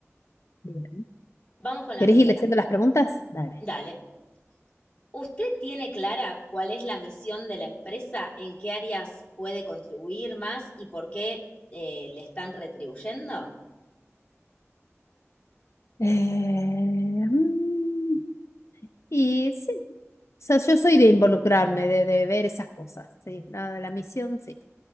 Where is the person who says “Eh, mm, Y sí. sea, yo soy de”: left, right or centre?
Left